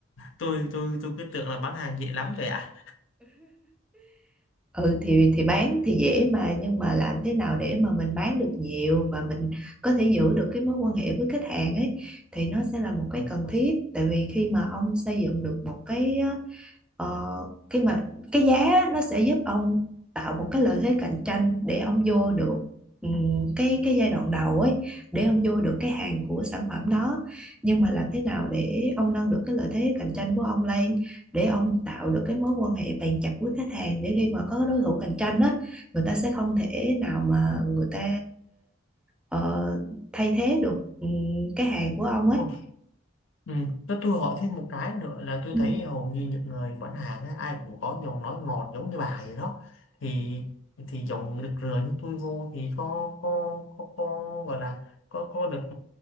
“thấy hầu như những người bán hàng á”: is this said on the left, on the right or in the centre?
Left